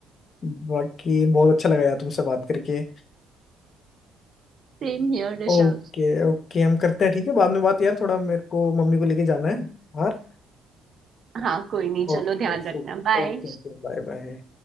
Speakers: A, on the left; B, on the right.
A: बाकी बहुत अच्छा लगा यार तुमसे बात करके
B: Same here Rishabh
A: ओके ओके हम करते हैं ठीक है बाद में बात यार थोड़ा मेरे को मम्मी को लेके जाना है बाहर
B: हाँ कोई नहीं चलो
A: Okay
B: ध्यान रखना बाय
A: okay okay bye bye